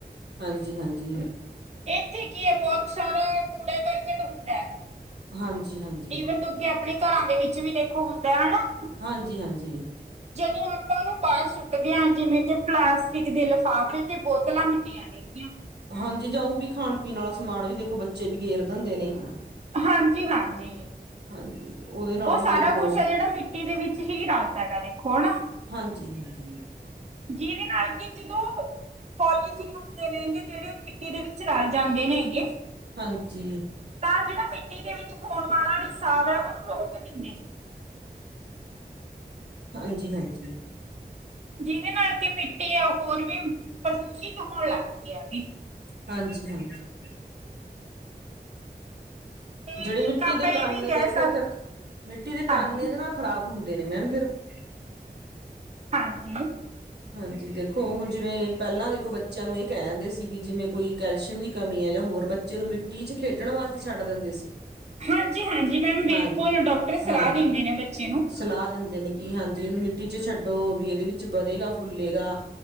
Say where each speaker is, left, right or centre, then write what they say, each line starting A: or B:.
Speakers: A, on the right; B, on the right.
A: ਹਾਂਜੀ-ਹਾਂਜੀ
B: ਇੱਥੇ ਕੀ ਐ, ਬਹੁਤ ਸਾਰਾ ਕੂੜਾ ਕਰਕਟ ਹੁੰਦਾ ਹੈ।
A: ਹਾਂਜੀ ਹਾਂਜੀ
B: ਈਵਨ ਕਿਉਕ ਆਪਣੇ ਘਰਾਂ ਦੇ ਵਿੱਚ ਵੀ ਦੇਖੋ ਹੁੰਦਾ ਹਨਾ
A: ਹਾਂਜੀ-ਹਾਂਜੀ
B: ਜਦੋਂ ਆਪਾਂ ਓਨੂੰ ਬਾਰ ਸੁ ਸੁੱਟਦੇ ਆਂ, ਜਿਵੇਂ ਕਿ ਪਲਾਸਟਿਕ ਦੇ ਲਿਫਾਫੇ ਤੇ ਬੋਤਲਾਂ ਹੁੰਦੀਆਂ ਨੇਗੀਆਂ
A: ਹਾਂਜੀ, ਜਾਂ ਉਹ ਵੀ ਖਾਣ-ਪੀਣ ਵਾਲਾ ਸਮਾਨ ਵੀ ਦੇਖੋ, ਬੱਚੇ ਵੀ ਗੇਰ ਦਿੰਦੇ ਨੇ
B: ਹਾਂਜੀ-ਹਾਂਜੀ
A: ਹਾਂਜੀ ਉਹਦੇ ਨਾਲ
B: ਉਹ
A: ਵੀ
B: ਸਾਰਾ
A: ਦੇਖੋ
B: ਕੁਛ ਹੈ। ਜਿਹੜਾ ਮਿੱਟੀ ਦੇ ਵਿੱਚ ਹੀ ਰਲਦਾ ਗਾ ਦੇਖੋ ਹਨਾ
A: ਹਾਂਜੀ-ਹਾਂਜੀ
B: ਜੀਹਦੇ ਨਾਲ ਕਿ ਜਦੋਂ ਪੋਲੀਥੀਨ ਹੁੰਦੇ ਨੇ, ਹੈਗੇ ਜਿਹੜੇ ਉਹ ਮਿੱਟੀ ਦੇ ਵਿੱਚ ਰਲ ਜਾਂਦੇ ਨੇਗੇ
A: ਹਾਂਜੀ
B: ਤਾਂ ਜਿਹੜਾ ਮਿੱਟੀ ਦੇ ਵਿੱਚ ਹੋਣ ਵਾਲਾ ਰਿਸਾਵ ਹੈ। ਉਹਨੂੰ ਰੋਕ ਦਿੰਦੇ ਨੇ
A: ਹਾਂਜੀ-ਹਾਂਜੀ
B: ਜੀਹਦੇ ਨਾਲ ਕਿ ਮਿੱਟੀ ਆ ਹੋਰ ਵੀ ਪ੍ਰਦੂਸ਼ਿਤ ਹੋਣ ਲੱਗਦੀ ਹੈ ਵੀ
A: ਹਾਂਜੀ-ਹਾਂਜੀ
B: ਤੇ
A: ਜਿਹੜੇ
B: ਇੱਕ
A: ਮਿੱਟੀ
B: ਆਪਾਂ
A: ਦੇ
B: ਇਹ
A: ਕੰਨ
B: ਵੀ ਕਹਿ
A: ਦੇਖੋ।
B: ਸਕਦੇ
A: ਫਿਰ ਮਿੱਟੀ ਦੇ
B: ਹਾਂਜੀ
A: ਕੰਨ ਏਦੇ ਨਾਲ ਖ਼ਰਾਬ ਹੁੰਦੇ ਨੇ, ਮੈਮ ਫਿਰ <unintelligible>
B: ਹਾਂਜੀ।
A: ਹਾਂਜੀ, ਦੇਖੋ ਹੁਣ ਜਿਵੇਂ ਪਹਿਲਾਂ ਦੇਖੋ ਬੱਚਿਆਂ ਨੂੰ ਇਹ ਕਹਿ ਦਿੰਦੇ ਸੀ, ਵੀ ਜਿਵੇਂ ਕੋਈ ਕੈਲਸ਼ੀਅਮ ਦੀ ਕਮੀ ਹੈ ਜਾਂ ਹੋਰ ਬੱਚੇ। ਜਦੋ ਮਿੱਟੀ ਚ ਖੇਡਣ ਵਾਸਤੇ ਛੱਡ ਦਿੰਦੇ ਸੀ।
B: ਹਾਂਜੀ-ਹਾਂਜੀ ਮੈਮ ਬਿਲਕੁਲ
A: ਹਾਂ
B: ਡਾਕਟਰ ਸਲਾਹ
A: ਹਾਂ
B: ਦਿੰਦੇ ਨੇ ਬੱਚੇ ਨੂੰ।
A: ਸਲਾਹ ਦਿੰਦੇ ਨੇ, ਕਿ ਹਾਂਜੀ ਇਹਨੂੰ ਮਿੱਟੀ ਚ ਛੱਡੋ ਵੀ, ਇਹਦੇ ਵਿੱਚ ਵਧੇਗਾ ਫੁੱਲੇਗਾ